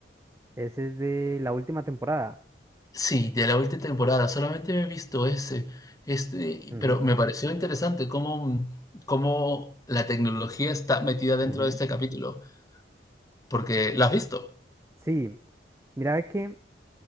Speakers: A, on the right; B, on the left.
A: Ese es de la última temporada.
B: Sí, de la última temporada, solamente he visto ese, este,
A: ujú,
B: pero me pareció interesante cómo, mm, cómo la tecnología está metida dentro
A: ujú.
B: de este capítulo, porque ¿la has visto?
A: Sí, mira ve que